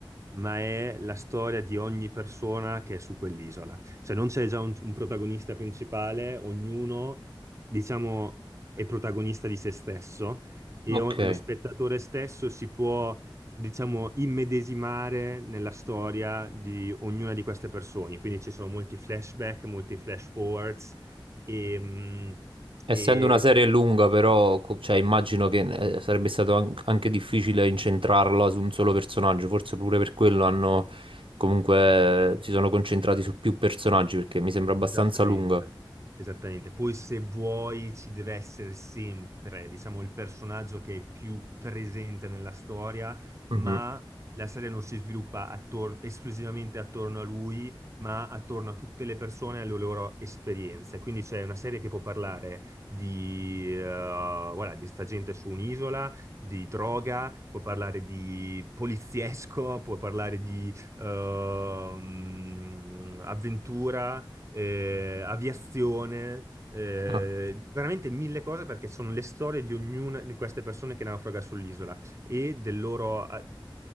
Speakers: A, on the right (about 35°); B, on the right (about 80°).
A: ma è la storia di ogni persona che è su quell'isola. Cioè non c'è già un, un protagonista principale, ognuno, diciamo, è protagonista di se stesso e
B: Ok.
A: o- lo spettatore stesso si può, diciamo, immedesimare nella storia di ognuna di queste persone. Quindi ci sono molti flashback, molti flash forwards e... mm,
B: Essendo
A: e-
B: una serie lunga, però, co- cioè, immagino che eh, sarebbe stato an- anche difficile incentrarla su un solo personaggio, forse pure per quello hanno comunque si sono concentrati su più personaggi perché mi sembra abbastanza
A: Esattamente,
B: lunga.
A: esattamente. Poi se vuoi ci deve essere sempre, diciamo, il personaggio che è più presente nella storia,
B: Mhm.
A: ma la serie non si sviluppa attor- esclusivamente attorno a lui, ma attorno a tutte le persone e alle loro esperienze. Quindi c'è una serie che può parlare di, eh, voilà, di sta gente su un'isola, di droga, può parlare di poliziesco, può parlare di ehm, avventura eh, aviazione, eh,
B: Ah.
A: veramente mille cose perché sono le storie di ognuna di queste persone che naufraga sull'isola e del loro a-